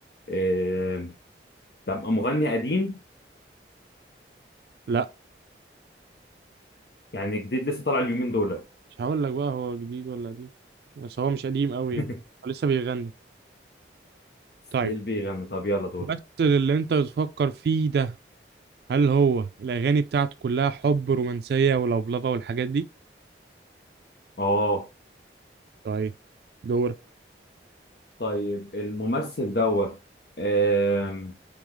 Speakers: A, on the left; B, on the right.
A: آه طب مغني قديم
B: لا
A: يعني جديد لسه طالع اليومين دول
B: مش هقول لك بقى هو جديد ولا قديم بس هو مش قديم أوي
A: <laughs>
B: يعني هو لسه بيغني
A: ستيل
B: طيب
A: بيغني طب يلا دول
B: بس اللي أنت بتفكر فيه ده هل هو الأغاني بتاعته كلها حب رومانسية ولفلفة والحاجات دي؟
A: اه
B: طيب دورك
A: طيب الممثل دوت آم،